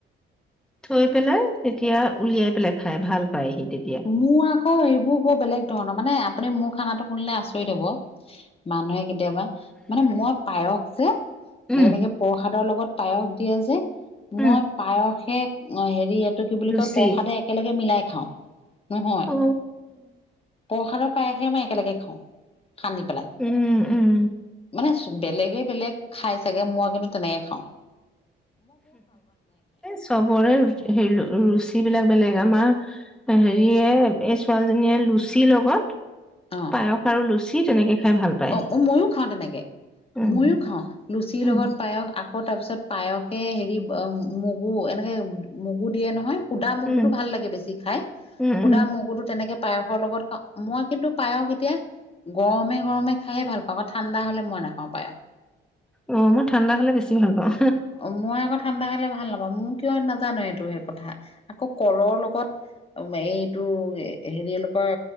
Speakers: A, in the centre; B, on the left (about 30°).
A: থৈ পেলাই তেতিয়া উলিয়াই পেলাই খাই ভাল। পায় সি তেতিয়া
B: মোৰ আকৌ এই, ব বেলেগ ধৰণৰ মানে আপুনি মোৰ খানাটো শুনিলে আচৰি দব মানুহে কেতিয়াবা মানে মই পায়স যে
A: উম
B: এনেকে প্ৰসাদৰ লগত পায়স দিয়ে যে। মই
A: উম
B: পায়সে হেৰি এইটো কি বুলি
A: লুচি
B: কয় প্ৰসাদে একেলগে মিলাই খাও। নহয়
A: অ
B: প্ৰসাদৰ প্ৰায়সে মই একেলগে খাও। সান্দি পেলাই
A: উম উম
B: মানে। বেলেগে - বেলেগ খাই চাগে মই কিন্তু তেনেকে খাও।
A: এই চবৰে হে ৰুচি বিলাক। বেলেগ আমাৰ হেৰিয়ে এই ছোৱালীজনীয়ে লুচিৰ লগত।
B: অ
A: পায়স আৰু লুচি তেনেকে। খাই ভাল পায়।
B: অ, ময়ো খাও তেনেকে
A: উম,
B: ময়ো খাও লুচিৰ
A: উম,
B: লগত পায়ক। আকৌ তাৰপিছত পায়সে হেৰি মগু এনেকৈ মগু দিয়ে নহয়। সুদা মগুটো
A: উম,
B: ভাল লাগে বেছি খাই
A: উম।
B: সুদা
A: উম।
B: মগুটো তেনেকে। পায়সৰ লগত খাও মই কিন্তু পায়স এতিয়া গৰমে - গৰমে। খাইে ভাল পাও ঠাণ্ডা হ'লে মই নাখাও পায়াস।
A: অ মই ঠাণ্ডা হলে বেছি ভাল পাওঁ।
B: অ মই আকৌ ঠাণ্ডা খালে ভাল। ভাল নাপাওঁ মোৰ কিয় নাজানো এইটো সেই কথা আকৌ কলৰ লগত। এইটো হেৰি অলপৰ